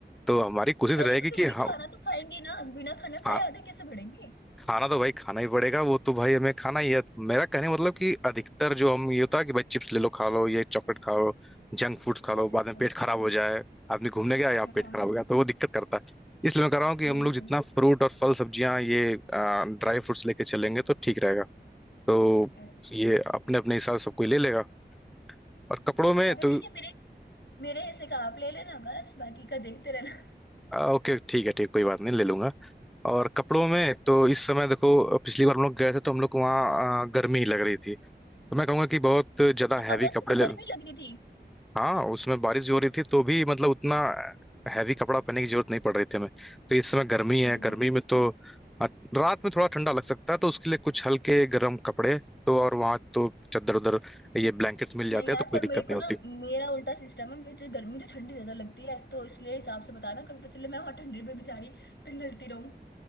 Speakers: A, in the centre; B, on the left (about 70°).
A: तो हमारी कोशिश
B: अरे
A: रहेगी
B: तो फिर
A: कि
B: भी
A: हम
B: खाना तो खाएंगे ना बिना खाना
A: हाँ,
B: खाए आधे कैसे बढ़ेंगे
A: खाना तो भाई खाना ही पड़ेगा वो तो भाई हमें खाना ही है मेरा कहने का मतलब कि अधिकतर जो हम ये होता है कि भाई चिप्स ले लो खा लो ये चॉकलेट खा लो जंक फूड्स खा
B: अच्छा
A: लो बाद
B: अच्छा
A: में पेट खराब हो जाए आदमी घूमने गया या
B: हाँ
A: पेट
B: हाँ
A: खराब
B: हाँ
A: हो गया तो वो दिक्कत करता है इसलिए मैं कह रहा हूँ कि
B: नहीं
A: हम
B: नहीं
A: लोग
B: सही
A: जितना फ्रूट और फल सब्जियां ये ड्राई फ्रूट्स लेके चलेंगे तो ठीक रहेगा तो
B: अच्छा
A: ये अपने अपने हिसाब से सब कोई ले लेगा और कपड़ों में
B: हाँ तो
A: तो
B: ठीक है मेरे मेरे हिस्से का आप ले लेना बस बाकी का देखते रहना
A: आ, ओके ठीक है ठीक कोई बात नहीं ले लूंगा और कपड़ों में तो इस समय देखो पिछली बार हम लोग गए थे तो हम लोग को वहाँ आ, गर्मी ही लग रही थी तो मैं कहूंगा कि बहुत ज्यादा
B: तो
A: हैवी
B: अगस्त
A: कपड़े
B: में
A: ले
B: गर्मी लग रही थी
A: हाँ उसमें बारिश भी हो रही थी तो भी मतलब उतना हैवी कपड़ा पहनने की जरूरत नहीं पड़ रही थी हमें तो इस समय गर्मी है
B: अरे
A: गर्मी
B: वाह
A: में तो अ, रात में थोड़ा ठंडा लग सकता है तो उसके लिए कुछ हल्के गर्म कपड़े तो और वहाँ तो चादर उधर ये ब्लैंकेट्स मिल जाते
B: नहीं यार
A: हैं तो कोई
B: पर
A: दिक्कत
B: मेरे को
A: नहीं
B: ना
A: होती
B: मेरा उल्टा सिस्टम है मुझे गर्मी मुझे ठंडी ज्यादा लगती है तो इसलिए हिसाब से बताना कभी पता चले मैं वहां ठंडी पे बेचारी पिघलती रहूं